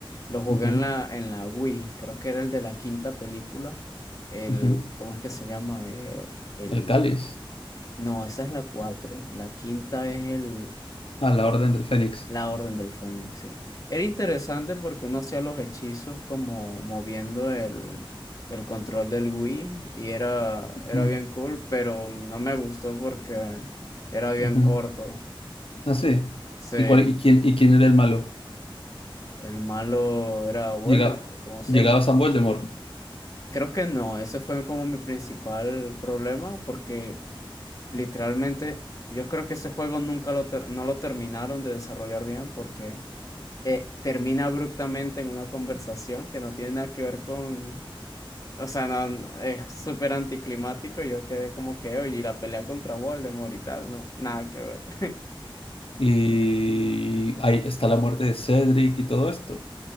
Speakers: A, on the left; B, on the left.
A: Lo jugué
B: ujú,
A: en la, en la Wii. Creo que era el de la quinta película. El,
B: ujú.
A: ¿cómo es que se llama? Eh, el,
B: El cáliz,
A: no, esa es la 4. La quinta es el.
B: a la orden del Fénix.
A: La Orden del Fénix, sí. Era interesante porque uno hacía los hechizos como moviendo el, el control del Wii y era,
B: Ujú,
A: era bien cool, pero no me gustó porque era bien
B: ujú.
A: corto.
B: Ah, sí.
A: Sí,
B: ¿Y, cuál, y, quién, ¿Y quién era el malo?
A: el malo era Voldemort,
B: Llega,
A: como siempre.
B: llegaba San Voldemort.
A: Creo que no, ese fue como mi principal problema porque literalmente yo creo que ese juego nunca lo ter- no lo terminaron de desarrollar bien porque... eh, termina abruptamente en una conversación que no tiene nada que ver con, o sea, no, no- es súper anticlimático. Yo quedé como que, oye, y la pelea contra Voldemort y tal, no, nada que ver. <laughs>
B: Y ahí está la muerte de Cedric y todo esto.